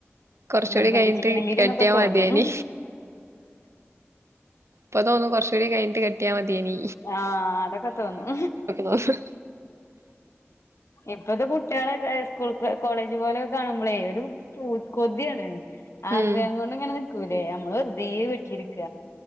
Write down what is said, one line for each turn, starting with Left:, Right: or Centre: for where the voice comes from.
Right: കൊറച്ചൂടി
Left: നിർബന്ധിച്ച്ക്ക്ണങ്കില്ന്നൊക്കെ
Right: കഴിഞ്ഞിട്ട് കെട്ടിയാ
Left: തോന്നും.
Right: മതിയേനി പ്പോ തോന്നും കൊറച്ചുടി കഴിഞ്ഞിട്ട് കെ ട്ടിയാമതിയെനി
Left: ആ അതൊക്കെ തോന്നും.
Right: തോന്നും
Left: ഇപ്പത്തെ കുട്ട്യേളെ സ്കൂൾത്തെ കോളേജ് പോലൊക്കെ കാണുമ്പളേ ഒരു പൂത് കൊതിയാണ് ആഗ്രഹം
Right: ഉം
Left: കൊണ്ട് ഇങ്ങനെ നിക്കൂല്ലേ നമ്മള് വെറുതെ വീട്ടിലിരിക്ക